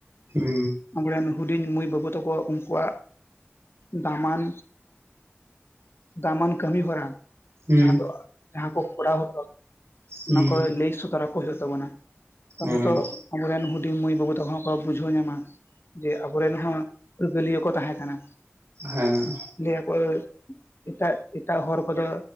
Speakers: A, on the right (about 75°); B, on the left (about 60°).
A: ᱦᱩ
B: ᱟᱵᱚᱨᱮᱱ ᱦᱩᱰᱤᱧ ᱢᱟᱹᱭ ᱵᱟᱹᱵᱩ ᱛᱟᱠᱚ ᱩᱱᱠᱩᱣᱟᱜ ᱫᱟᱢᱟᱱ᱾ ᱫᱟᱢᱟᱱ ᱠᱟᱹᱢᱤ ᱦᱚᱨᱟ
A: ᱦᱩᱸ
B: ᱡᱟᱦᱟᱸ ᱫᱚ ᱡᱟᱦᱟᱸ ᱠᱚ ᱠᱚᱨᱟᱣ ᱦᱚᱴᱚ᱾
A: ᱦᱩᱸ
B: ᱚᱱᱟ ᱠᱚ ᱞᱟᱹᱭ ᱥᱚᱫᱚᱨ ᱟᱠᱚ ᱦᱩᱭᱩᱜ ᱛᱟᱵᱚᱱᱟ᱾ ᱛᱟᱯᱮ
A: ᱦᱮᱸ
B: ᱛᱚ ᱟᱵᱚᱨᱮᱱ ᱦᱩᱰᱤᱧ ᱢᱟᱹᱭ ᱵᱟᱹᱵᱩ ᱛᱟᱠᱚ ᱦᱚᱸᱠᱚ ᱵᱩᱡᱷᱟᱹᱣ ᱧᱟᱢᱟ᱾ ᱡᱮ ᱟᱵᱚᱨᱮᱱ ᱦᱚᱸ ᱯᱷᱩᱨᱜᱟᱹᱞᱤᱭᱟᱹ ᱠᱚ ᱛᱟᱦᱮᱸ ᱠᱟᱱᱟ᱾
A: ᱦᱮᱸ
B: ᱞᱟᱭ ᱟᱠᱚ ᱮᱴᱟᱜ ᱮᱴᱟᱜ ᱦᱚᱨ ᱠᱚᱫᱚ